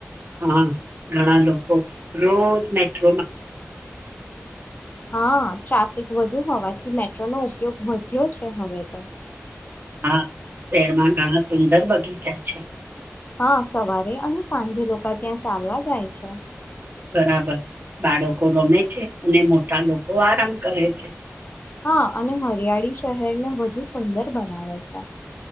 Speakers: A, on the right (about 45°); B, on the left (about 40°).
A: હા ઘણા લોકો રોજ મેટ્રો.
B: હા ટ્રાફિક વધુ હોવાથી મે. મેટ્રો નો ઉપયોગ વધ્યો છે હવે તો.
A: હા શહેરમાં ઘણા સુંદર બગીચા. છે
B: હા સવારે અને સાંજે લોકા ત્યાં ચાલવા જાય છે.
A: બરાબર બાળકો રમે છે અને મોટા લોકો આરામ કરે છે.
B: હા અને હરિયાળી શહેરને વધુ સુંદર બનાવે છે.